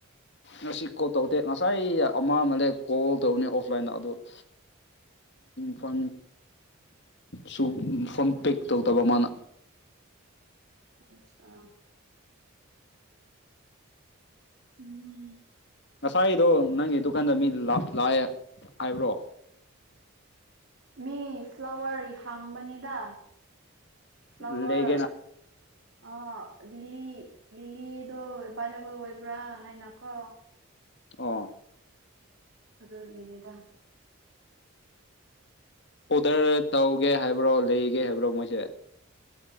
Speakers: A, on the left; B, on the right.
A: ꯉꯁꯤ ꯀꯣꯜ ꯇꯧꯗꯦ ꯉꯁꯥꯏ ꯑꯃ ꯑꯃꯅꯦꯛ ꯀꯣꯜ ꯇꯧꯅꯤ ꯑꯣꯐꯂꯥꯏꯟꯗ ꯑꯗꯨꯗꯣ ꯐꯣꯟ ꯁꯨ ꯐꯝ ꯄꯦꯛ ꯇꯧꯗꯕ ꯃꯥꯅ
B: ꯑꯆꯥ ꯎꯝ
A: ꯉꯁꯥꯏꯗꯣ ꯅꯪꯒꯤ ꯗꯨꯀꯥꯟꯗ ꯃꯤ ꯂꯥꯛꯑꯦ ꯍꯥꯏꯕ꯭ꯔꯣ
B: ꯃꯤ ꯐ꯭ꯂꯥꯋꯔ ꯍꯥꯡꯕꯅꯤꯗ ꯐ꯭ꯂꯥꯋꯔ
A: ꯂꯩꯒꯦꯅ
B: ꯑ ꯂꯤꯂꯤ ꯂꯤꯂꯤꯗꯣ ꯑꯦꯚꯏꯂꯦꯕꯜ ꯑꯣꯏꯕ꯭ꯔꯥ ꯍꯥꯏꯅꯀꯣ
A: ꯑꯣ
B: ꯑꯗꯨꯗ ꯑꯣꯏꯒꯦꯅꯤꯗ
A: ꯑꯣꯗꯔ ꯇꯧꯒꯦ ꯍꯥꯏꯕ꯭ꯔꯣ ꯂꯩꯒꯦ ꯍꯥꯏꯕ꯭ꯔꯣ ꯃꯣꯏꯁꯦ